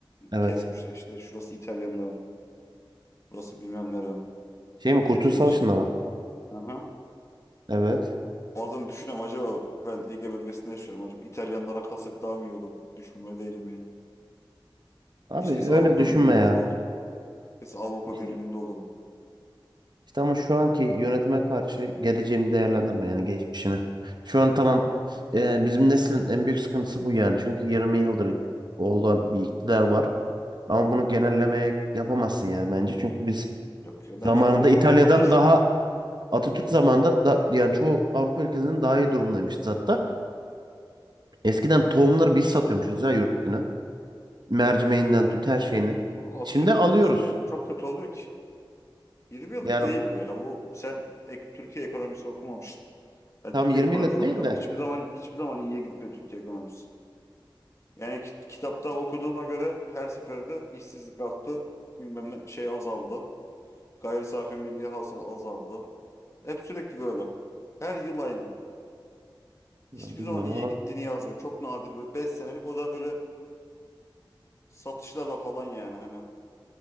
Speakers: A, on the right; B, on the left.
A: Evet.
B: Kesmişler işte şurası İtalyanların, burası bilmem nerenin.
A: Şey mi
B: Türkiye
A: Kurtuluş Savaşı'nda
B: için.
A: mı?
B: Aha.
A: Evet.
B: Bazen düşünüyorum acaba ben Ege bölgesinde yaşıyorum. Acaba İtalyanlara kalsak daha mı iyi olur? Düşünmüyor değilim yani.
A: Abi
B: İşte
A: öyle
B: Avrupa
A: düşünme
B: Birliği'nde
A: ya.
B: olurdum. Biz Avrupa
A: İşte,
B: Birliği'nde olurduk.
A: işte ama şu anki yönetime karşı geleceğini değerlendirme yani geçmişini. Şu an tamam e, bizim neslin en büyük sıkıntısı bu yani. Çünkü 20 yıldır olan bir iktidar var. Ama
B: Hı
A: bunu genellemeye
B: hı.
A: yapamazsın yani bence. Çünkü biz
B: Yok ya bence
A: Zamanında
B: Avrupa
A: İtalya'dan
B: vatandaşı
A: daha Atatürk
B: Hı.
A: zamanında da, yani çoğu Avrupa ülkesinin daha iyi durumdaymışız hatta. Eskiden tohumları biz satıyormuşuz ya yurt dışına. Mercimeğinden tut her şeyini.
B: Bu
A: Şimdi
B: Atatürk
A: alıyoruz.
B: öldükten çok kötü oluyor ki. 20 yıllık
A: Yani
B: değil bu ya. Bu sen ek- Türkiye ekonomisi okumamışsın. Ben
A: tam
B: Türkiye
A: 20
B: ekonomisi
A: yıllık değil
B: okudum.
A: de
B: Hiçbir zaman hiçbir zaman iyiye gitmiyor Türkiye ekonomisi. Yani ki- kitapta okuduğuma göre her seferinde işsizlik arttı. Bilmem ne şey azaldı. Gayri safi milli hasıla azaldı. Hep sürekli böyle. Her yıl aynı.
A: ya
B: Hiçbir
A: bilmiyorum
B: zaman iyiye
A: ama
B: gittiğini yazmıyor. Çok nadir böyle beş senelik o da böyle Satışlarla falan yani hani